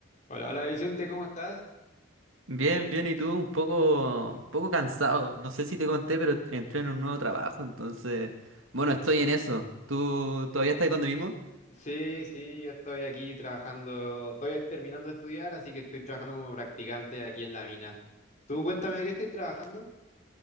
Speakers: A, on the left; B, on the right.
A: Hola, hola Vicente, ¿cómo estás?
B: Bien, bien, y tú un poco, un poco cansado. No sé si te conté, pero entré en un nuevo trabajo, entonces, bueno, estoy en eso. ¿Tú todavía estás donde mismo?
A: Sí, sí, yo estoy aquí trabajando, estoy terminando de estudiar, así que estoy trabajando como practicante aquí en la mina. Tú cuéntame de qué estás trabajando.